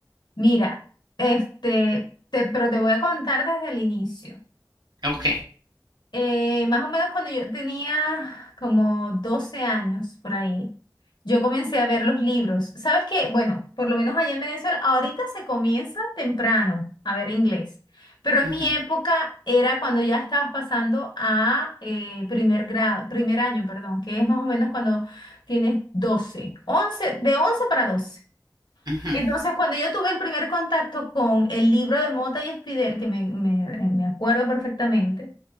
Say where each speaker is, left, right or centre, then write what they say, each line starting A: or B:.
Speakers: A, on the left; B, on the right.
A: Mira, este, te- pero te voy a contar desde el inicio.
B: Ok.
A: Eh, más o menos cuando yo tenía como 12 años por ahí, yo comencé a ver los libros. ¿Sabes qué? Bueno, por lo menos allá en Venezuela, ahorita se comienza temprano a ver inglés, pero en
B: Ujú,
A: mi época era cuando ya estabas pasando a eh, primer grado, primer año, perdón, que es más o menos cuando tienes doce once de 11 para doce
B: ujú.
A: Entonces, cuando yo tuve el primer contacto con el libro de Mota y Espidel, que me, me me acuerdo perfectamente,